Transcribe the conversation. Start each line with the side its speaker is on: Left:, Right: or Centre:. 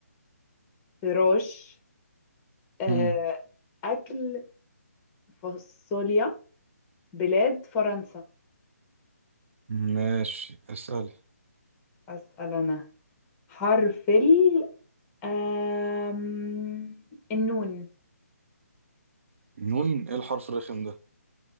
Left: فراش آه
Right: مم.
Left: أكل فاصوليا بلاد فرنسا
Right: ماشي اسألي
Left: أسأل أنا حرف ال آم، النون
Right: نون إيه الحرف الرخم ده